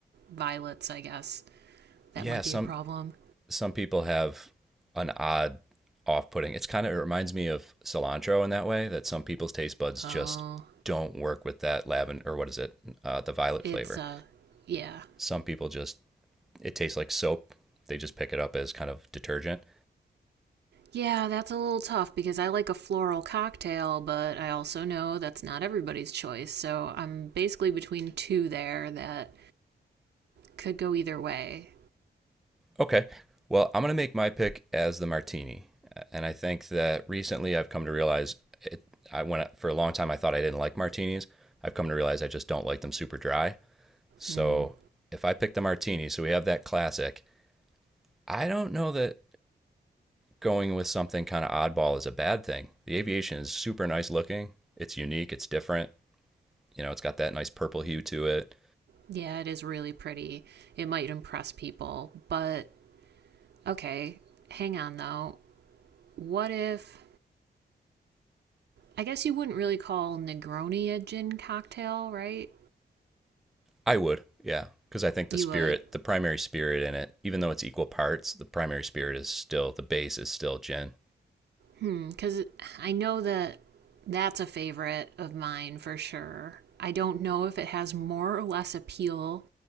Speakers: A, on the right (about 70°); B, in the centre.
A: violets. I guess that
B: Yeah,
A: might
B: some
A: be a problem.
B: some people have an odd off-putting. It's kind of it reminds me of cilantro in that way that some people's taste buds
A: Oh,
B: just don't work with that lavender or what is it, uh, the violet
A: it's
B: flavor.
A: uh, yeah,
B: Some people just It tastes like soap. They just pick it up as kind of detergent.
A: yeah. That's a little tough because I like a floral cocktail, but I also know that's not everybody's choice. So I'm basically between two there that could go either way.
B: Okay. Well, I'm going to make my pick as the martini. And I think that recently I've come to realize it, I went for a long time I thought I didn't like martinis. I've come to realize I just don't like them super dry. So
A: Mm.
B: if I pick the martini, so we have that classic, I don't know that going with something kind of oddball is a bad thing. The aviation is super nice looking. It's unique, it's different. You know, it's got that nice purple hue to it.
A: Yeah, it is really pretty. It might impress people, but okay, hang on though. What if I guess you wouldn't really call Negroni a gin cocktail, right?
B: I would, yeah, because I think the
A: You
B: spirit,
A: would.
B: the primary spirit in it, even though it's equal parts, the primary spirit is still the base is still gin.
A: Hmm, cuz I know that that's a favorite of mine for sure. I don't know if it has more or less appeal